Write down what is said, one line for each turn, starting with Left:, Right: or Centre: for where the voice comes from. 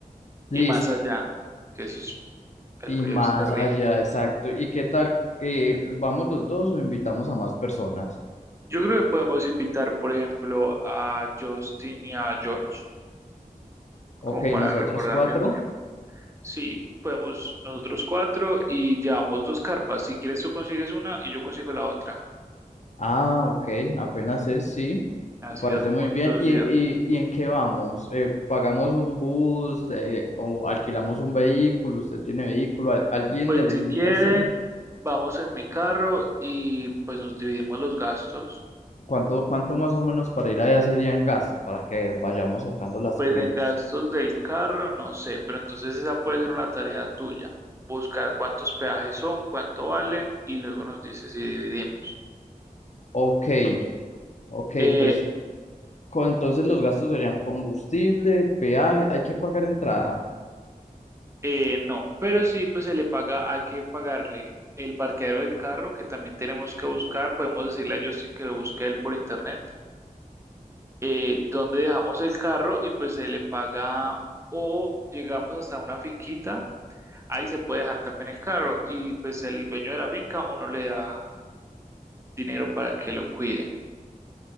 Left: Listo.
Right: Y más allá, que eso es, el
Left: Y
Right: frío
Left: más
Right: es terrible.
Left: allá, exacto. ¿Y qué tal que vamos los dos o invitamos a más personas?
Right: Yo creo que podemos invitar, por ejemplo, a Justin y a George, como
Left: Ok,
Right: para
Left: nosotros
Right: recordar
Left: cuatro.
Right: viejos tiempos. Sí, podemos nosotros cuatro y llevamos dos carpas. Si quieres tú consigues una y yo consigo la otra.
Left: Ah, ok, apenas es, sí,
Right: Así
Left: me parece
Right: dormimos
Left: muy bien.
Right: dos
Left: ¿Y,
Right: y
Left: y,
Right: dos.
Left: y en qué vamos? Eh, ¿pagamos un bus eh, o alquilamos un vehículo? ¿Usted tiene vehículo? ¿Al- ¿Alguien
Right: Pues
Left: de los
Right: si
Left: invitados
Right: quieren,
Left: tiene?
Right: vamos en mi carro y pues nos dividimos los gastos.
Left: ¿Cuánto, cuánto más o menos para ir allá serían gastos para que vayamos sacando las
Right: Pues
Left: cuentas?
Right: en gastos del carro, no sé, pero entonces esa puede ser una tarea tuya, buscar cuántos peajes son, cuánto valen y luego nos dices si dividimos.
Left: Ok, ok,
Right: Eh,
Left: pues con- entonces los gastos serían combustible, peaje, hay que pagar entrada.
Right: eh, no, pero sí, pues se le paga, hay que pagarle el parqueadero del carro que también tenemos que buscar, podemos decirle a Justin que lo busque él por internet, eh, dónde dejamos el carro y pues se le paga o llegamos hasta una finquita, ahí se puede dejar también el carro y pues el dueño de la finca uno le da dinero para que lo cuide.